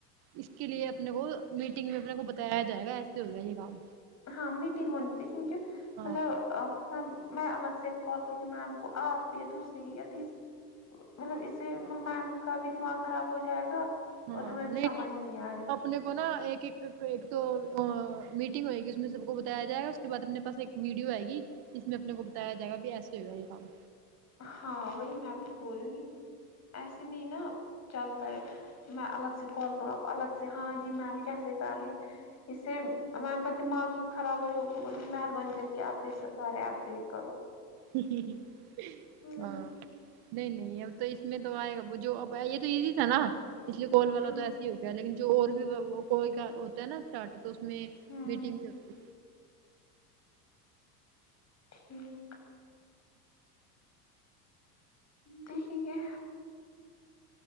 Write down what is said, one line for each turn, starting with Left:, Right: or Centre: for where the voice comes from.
Right: اس کے لیے اپنے کو میٹنگ میں اپنے کو بتایا جائے گا ایسے ہوگا یہ کام
Left: ہاں میٹنگ ہونی چاہیے کیونکہ
Right: ہاں
Left: مطلب میں الگ سے کال کرتی میم کو آپ یا دوسری یا تیسری مطلب اس سے ملب میم کا بھی دماغ خراب ہو جائے گا
Right: ہاں
Left: اور ہمیں
Right: نہیں
Left: بھی سمجھ
Right: نہیں
Left: آئے گا
Right: اپنے کو نہ ایک ایک ایک تو میٹنگ ہوئے گی اس میں سب کو بتایا جائے گا اس کے بعد اپنے پاس ایک ویڈیو آئے گی اس میں اپنے کو بتایا جائے گا بھی ایسے ہو گا یہ کام
Left: ہاں وہی میں بھی بول رہی ہوں کی ایسے نہیں نا چلتا ہے میں الگ سے کال کروں آپ الگ سے ہاں جی میم کیسے کر رہے اس سے میم کا دماغ ہی خراب ہو جائے مہربانی کر کے آپ سارے اپ ڈیٹ کرو
Right: ہاں
Left: ہے نا
Right: نہیں نہیں اب تو اس میں تو آئے گا جو ا یہ تو ایزی تھا نا اس لیے کال والا
Left: ہاں
Right: تو ایسا ہو گا لیکن جو اور بھی کوئی کا ہوتا ہے نا اسٹارٹ تو اس میں
Left: ہوں
Right: میٹنگ ہوتی
Left: ہوں دیکھیں گے